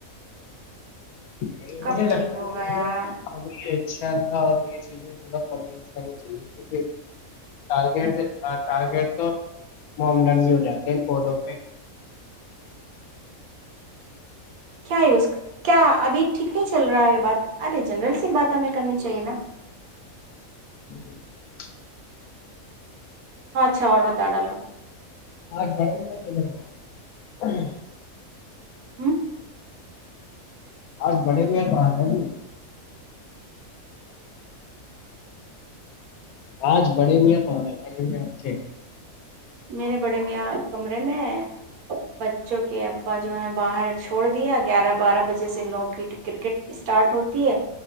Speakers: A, on the left; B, on the right.
A: نہیں
B: کب
A: مجھے لگتا
B: ٹھیک ہوگا
A: ہے کہ
B: یار
A: ہمیں ان شاء اللہ یہ چیزیں تھا کب یوز کرنی چاہیے ج ٹارگیٹ ٹارگیٹ تو ممڈن بھی ہو جاتے ہیں پولوں پہ
B: کیا ہے اس کا کیا ابھی ٹھیک نہیں چل رہا ہے یہ بات ارے جنرل سے بات ہمیں کرنی چاہیے نا
A: ج
B: اچھا اور بتا ڈالو
A: آج بڑے کدھر میں
B: ہوں
A: آج بڑے ب وہ ہیں نہیں آج بڑے میاں تو ہے بڑے مں آپ کے
B: میرے بڑے میاں کمرے میں بچوں کے ابا جو ہے باہر چھوڑ دیا گیارہ بارہ بجے سے لوگ کرکٹ اس اسٹارٹ ہوتی ہے